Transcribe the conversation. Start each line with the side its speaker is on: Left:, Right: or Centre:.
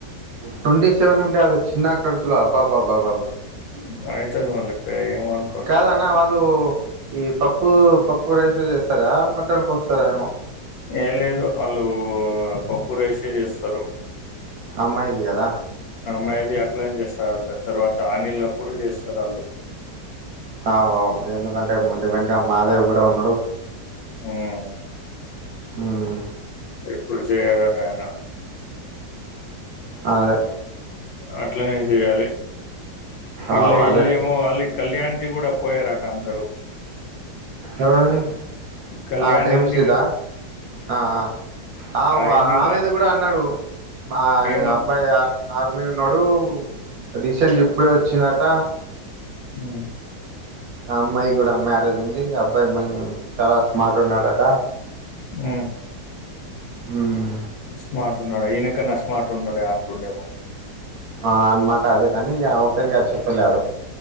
Right: ట్వంటీ సెవెన్ అంటే, అది చిన్న ఖర్చుల అబ్బాబబ్బాబాబ
Left: ఉమ్ అయితది మళ్లీ ప్ ఏమనుకుంటున్నవ్.
Right: కాదన్న వాళ్ళు ఈ పప్పు పప్పు రైస్తో చేస్తారా మటన్ కోస్తారేమో
Left: ఏం లేదు వాళ్ళు పప్పు రైసే చేస్తారు.
Right: అమ్మాయిది కదా.
Left: అమ్బాయిది అట్లనే చేస్తాండె తర్వాత ఆనిళ్ళ అప్పుడు చేస్తారు ఆళ్ళు
Right: అవుఆవ్ ఎందుకంటే ముందు వెన్క మాదేవి కూడా ఉన్నడు.
Left: ఉమ్
Right: ఉమ్
Left: ఇప్పుడు చేయడట ఆయన
Right: అదే
Left: అట్లనేే చేయ్యాలి. ఇల్లె
Right: అవు అదే
Left: ఈల్లేమో ఆళ్ళ కళ్యాణ్ది కూడా పోయారట అందరూ
Right: ఎవరిది
Left: కళ్యాణి
Right: ఆ దేమ్సిదా?
Left: ఉంది కదా
Right: ఆ ఆ ఆవొ
Left: ఆయన్ని
Right: ఆమెది కూడా అన్నాడు ఆ
Left: ఏమ
Right: అబ్బాయి ఆర్మీ ఉన్నాడు రీసెంట్ ఇప్పుడే వచ్చిందట.
Left: ఉమ్
Right: ఆ అమ్మాయి కూడా మ్యారేజ్ ఉంది. అబ్బాయి మం చాలా స్మార్ట్ ఉన్నాడట.
Left: మ్
Right: ఉమ్
Left: స్మార్ట్ న్నాడు ఈయనకన్నా స్మాట్ ఉండటగా అంటుండేమో.
Right: ఆ అనమాట అదే కాని ఇక ఓపెన్ గా చెప్పలే ఆడు